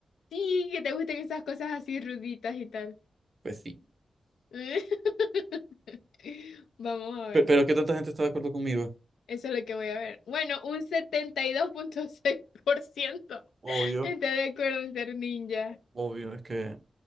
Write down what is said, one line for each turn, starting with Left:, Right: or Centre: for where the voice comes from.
Left: Sí, que te gusten esas cosas así ruditas y tal.
Right: Pues sí.
Left: <laughs> Vamos a ver.
Right: Pero, pero ¿qué tanta gente está de acuerdo conmigo?
Left: Eso es lo que voy a ver. Bueno, un setenta y dos punto seis por ciento
Right: Obvio,
Left: está de acuerdo en ser ninja.
Right: obvio, es que,